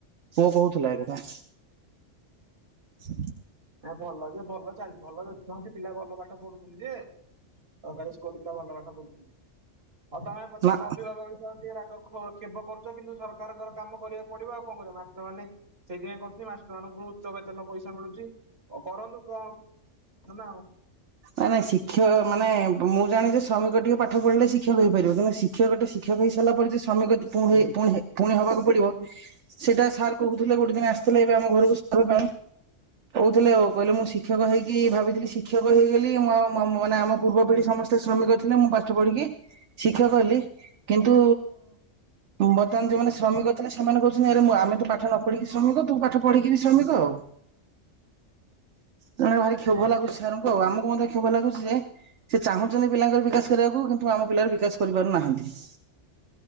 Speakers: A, on the right; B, on the right.
A: ବୋଉ କହୁଥିଲା ଏକଥା ସ
B: ଭଲ ଯେ ଭଲ ଚାଲି ଭଲ ଚାଲି କଣନ୍ତି ପିଲା ଭଲ ପାଠ ପଢୁଛନ୍ତି ଯେ ଆଉ କାଲି ସ୍କୁଲ ପିଲା ଭଲ ପାଠ ପଢୁଛନ୍ତି? ହଉ ତମେ
A: ନା
B: ତମ ଅଭିଭାବକ ଭିତରେ ଟିକେ ରାଗ ଖୋଜ୍ କ୍ଷପ କରୁଛ କିନ୍ତୁ ସରକାରଙ୍କର କାମ କରିବାକୁ ପଡିବ ଆଉ କଣ କରିବା ମାତ୍ର ମାନେ ସେଇଥିପାଇଁ କହୁଥିଲି ମାଷ୍ଟର ମାନଙ୍କୁ ଉଚ୍ଚ ବେତନ ପଇସା ମିଳୁଛି। ଓଉ କରନ୍ତୁ କଣ ନା?
A: ନାଇଁ ନାଇଁ ଶିକ୍ଷକ ମାନେ ମୁଁ ଜାଣଛି ଯେ ଶ୍ରମିକ ଟିକେ ପାଠ ପଢ଼ିଲେ ଶିକ୍ଷକ ହେଇପାରିବ କିନ୍ତ ଶିକ୍ଷ ଶିକ୍ଷକଟେ ଶିକ୍ଷକ ହେଇ ସାରିଲା ପରେ ଯ ଶ୍ରମିକ
B: ହୁଁ
A: ପୁଣି ହେବାକୁ ପଡିବ ସେଇଟା ସାର୍ କହୁଥିଲେ ଗୋଟେ ଦିନ ଆସିଥିଲେ ଏବେ ଆମ ଘରକୁ ସିବା ପାଇଁ କହୁଥିଲେ ଆଉ କହିଲେ ମୁଁ ଶିକ୍ଷକ ହେଇକି କି ଭାବଥିଲି ଶିକ୍ଷକ ହେଇଗଲି ମୋ ମାନେ ଆମ ପୂର୍ବ ପିଢି ସମସ୍ତେ ଶ୍ରମିକ ଥିଲେ ମୁଁ ପାଠ ପଢିକି ଶିକ୍ଷକ ହେଲି କିନ୍ତୁ ବର୍ତ୍ତମାନ ଯୋଉମାନେ ଶ୍ରମିକ ସେମାନେ କହୁଛନ୍ତି ଆରେ ମୁଁ ଆମେ ତୁ ପାଠ ନ ପଢିକି ଶ୍ରମିକ ତୁ ପାଠ ପଢିକି ଶ୍ରମିକ ଆଉ ତଣେ ଭାରି
B: ହୁଁ।
A: କ୍ଷୋଭ ଲାଗୁଛି ସାରଙ୍କୁ ଆଉ ଆମକୁ ମଧ୍ୟ କ୍ଷୋଭ ଲାଗୁଛି ଯେ ସେ ଚାହୁଁଛନ୍ତି ପିଲାଙ୍କର ବିକାଶ କରିବାକୁ କିନ୍ତୁ ଆମ ପିଲାର ବିକାଶ କରିପାରୁନାହାନ୍ତି